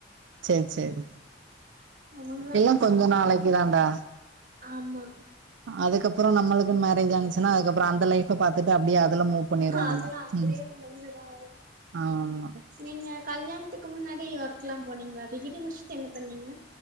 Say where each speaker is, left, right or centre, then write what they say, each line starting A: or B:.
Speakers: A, on the right; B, on the right.
A: செரி செரி
B: அவங்களா
A: எல்லா
B: பேசுவாங்க
A: கொஞ்ச நாளைக்கி தான்டா
B: ஆமா
A: அதுக்கப்புற நம்மளுக்குக்கு மேரேஜ் ஆனுச்சுனா அதுக்கப்பறோ அந்த லை ஃப பாத்துட்டு அப்டியே அதுல மூவ் பண்ணிருவோ
B: அதுவு
A: நம்ம
B: அப்டியே
A: ம்
B: முடிஞ்சிரு அவ்ளோதா
A: ஆமா
B: நீங்க கல்யாணத்துக்கு முன்னாடி ஒர்க்கெல்லா போனீங்களா டிகிரி முடிச்சுட்டு என்ன பண்ணீங்க